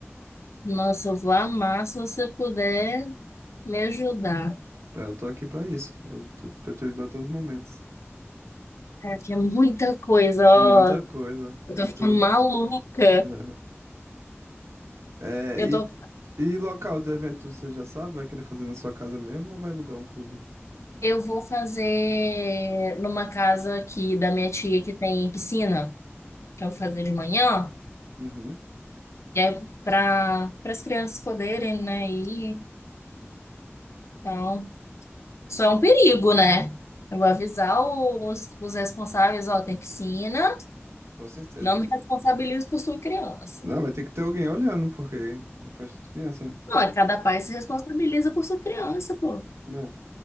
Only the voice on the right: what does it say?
É, eu tô aqui pra isso. Eu tô pra te ajudar a todos os momentos.
Muita coisa.
E tu?
<laughs> É,
e,
e local do evento, você já sabe? Vai querer fazer na sua casa mesmo ou vai alugar um clube?
Uhum,
com certeza.
Não, vai ter que ter alguém olhando, porque é festa de criança,
né? É.